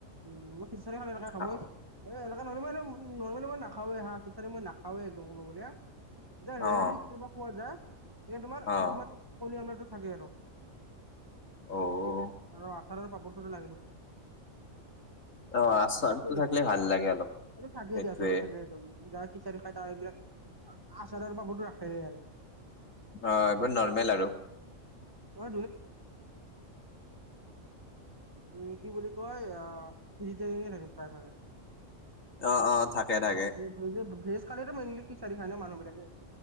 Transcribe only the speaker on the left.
খাওঁ
অ'।
অ'
অ'
অ' আচাৰটো
থাকিলে ভাল লাগে অলপ।
সেইটোয়ে
অ, এইবোৰ নৰ্মেল আৰু।
অ, অ, থাকে থাকে।